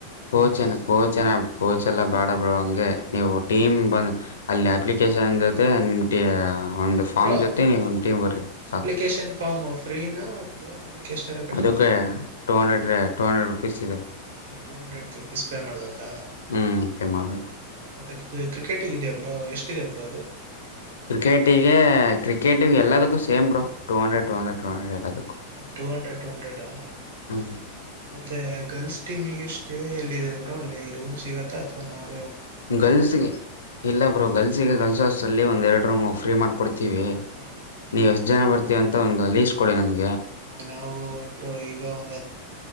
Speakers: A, on the left; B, on the right.
A: ಕೋಚೇನ ಕೋಚನಾ ಕೋಚ್ ಎಲ್ಲ ಬೇಡ ಬಿಡು ಹಂಗೆ ಗೆ ನೀವು ಟೀಮ್ ಬಂದು ಅಲ್ಲಿ ಅಪ್ಲಿಕೇಶನ್ ಜೊತೆ ನಿಮ್ ಟೀ ಒಂದು ಫಾರ್ಮ್
B: ಬ್ರೋ
A: ಜೊತೆ ನೀವೊಂದ್ ಟೀಮ್ ಬರ್ರಿ ಸಾಕು
B: ಅಪ್ಲಿಕೇಶನ್ ಫಾರ್ಮ್ ಫ್ರೀನಾ ಅಥವಾ ಅದಕ್ಕೆ ಎಷ್ಟಾರ ಕಟ್ಟಬೇಕಾ
A: ಅದಕ್ಕೆ two hundred two hundred rupees ಇದೆ
B: ಟೂ ಹಂಡ್ರೆಡ್ ರುಪೀಸ್ ಪೇ ಮಾಡ್ಬೇಕಾ
A: ಹ್ಞೂ ಪೇ ಮಾಡಬೇಕು
B: ಹಾ ಮತ್ತೆ ಇದು ಕ್ರಿಕೆಟಿಗಿದೆಯಾ ಬ್ರೋ ಎಷ್ಟಿದೆ ಬ್ರೋ ಅದು
A: ಕ್ರಿಕೆಟಿಗೆ ಕ್ರಿಕೆಟಿಗೆ ಎಲ್ಲದಕ್ಕೂ same bro two hundred two hundred two hundred ಎಲ್ಲದು
B: ಹಾ ಟೂ ಹಂಡ್ರೆಡ್ ಟೂ ಹಂಡ್ರೆಡ್ ಆ
A: ಹ್ಞೂ
B: ಮತ್ತೆ ಗರ್ಲ್ಸ್ ಟೀಮಿಗೆ ಸ್ಟೇ ಎಲ್ಲಿದೆ ಬ್ರೋ ಅಲ್ಲಿ ರೂಮ್ ಸಿಗತ್ತ ಅಥವಾ ನಾವು
A: ಗರ್ಲ್ಸ್ಗೆ ಇಲ್ಲ ಬ್ರೋ ಗರ್ಲ್ಸ್ಗೆ ಗರ್ಲ್ಸ್ ಹಾಸ್ಸಲ್ಲಿ ಒಂದು ಎರಡು ರೂಮ್ ಫ್ರೀ ಮಾಡ್ಕೊಡ್ ತೀವಿ
B: ಹಾಂ
A: ನೀವ್ ಎಷ್ಟ್ ಜನ ಬರ್ತೀವಿ ಅಂತ ಒಂದು ಲೀಸ್ಟ್ ಕೊಡಿ ನಮಗ್
B: ಹಾ ನಾವು ಇಬ್ರು ಈಗ ಒಂದತ್ತ್